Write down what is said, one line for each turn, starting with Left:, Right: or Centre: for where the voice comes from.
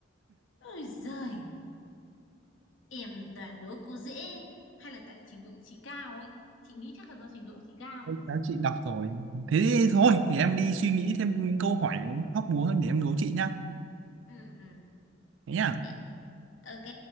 Left: ôi giời em đoán đố cô dễ hay là tại trình độ của chị cao ấy chị nghĩ chắc là do trình độ của chị cao
Right: Ôi, Các chị đọc rồi thế thì thôi để em đi suy nghĩ thêm những câu hỏi hóc búa hơn để em đố chị nhá
Left: ừ ừ
Right: thế nhá
Left: Ê, ok